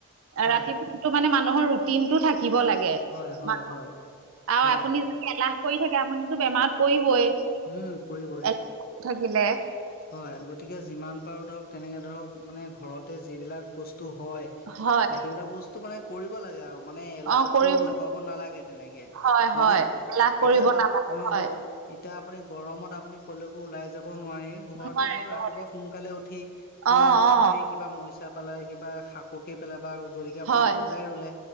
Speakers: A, on the left (about 40°); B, on the right (about 60°).
A: হয়
B: ৰাতিপুৱাটো মানে মানুহৰ ৰুটিন টো থাকিব লাগে
A: হয় হয়
B: আৰু
A: হয় হয়
B: আপুনি যে এলাহ কৰি থাকে আপুনিতো বেমাৰত পৰিবই
A: উম পৰিবই।
B: এলাহ থাকিলে।
A: হয়, গতিকে যিমান পাৰো ধৰক তেনেকে ধৰক মানে ঘৰতে যিবিলাক বস্তু হয়
B: হয়
A: সেইবিলাক বস্তু মানে, কৰিব লাগে আৰু মানে, এলাহটো
B: অ কৰিব
A: লগাব নালাগে তেনেকে
B: হয়
A: হয়নে
B: হয় এলাহ কৰিব
A: এতিয়া
B: নালাগে
A: অ',
B: হয়
A: এতিয়া আপুনি গৰমত আপুনি ক'লেকো ওলাই যাব নোৱাৰি ঘৰতে
B: নোৱাৰে
A: ধৰক
B: নোৱাৰে
A: ৰাতিপুৱা সোনকালে উঠি কোৰ
B: অ
A: এচাপ
B: অ
A: মাৰি কিবা মৰিচাপ পাল কিবা শাকুকি পেলাই বা জৰিকীয়া
B: হয়
A: পুলি দুটাই ৰুলে